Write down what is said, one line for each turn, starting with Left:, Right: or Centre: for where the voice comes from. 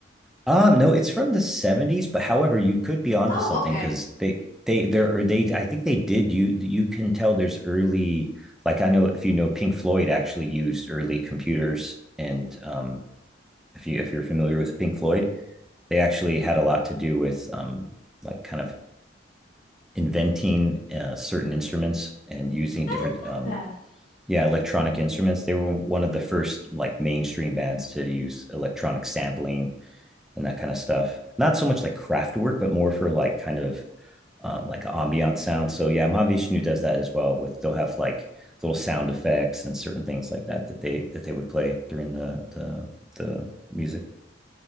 Centre: Um, no, it's from the 70s, but however, you could be onto
Left: Oh,
Centre: something
Left: okay.
Centre: because they they there are they I think they did you you can tell there's early like I know if you know Pink Floyd actually used early computers and um if you if you're familiar with Pink Floyd, they actually had a lot to do with um, like kind of inventing uh, certain instruments and using
Left: I
Centre: different
Left: didn't know
Centre: um,
Left: that.
Centre: yeah electronic instruments they were one of the first like mainstream bands to use electronic sampling and that kind of stuff not so much like craft work but more for like kind of um, like an ambient sound so yeah mahavishnu does that as well with they'll have like little sound effects and certain things like that that they that they would play during the the, the music